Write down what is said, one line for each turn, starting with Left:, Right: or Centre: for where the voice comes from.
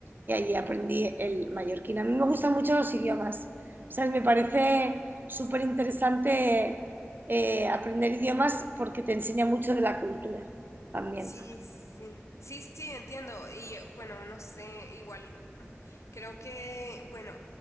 Right: y allí aprendí el mallorquín. A mí me gustan mucho los idiomas, ¿sabes? Me parece súper interesante eh, aprender idiomas porque te enseña mucho de la cultura también.
Left: Sí, sí, sí, sí, entiendo. Y eh, bueno, no sé, igual mm, creo que, bueno,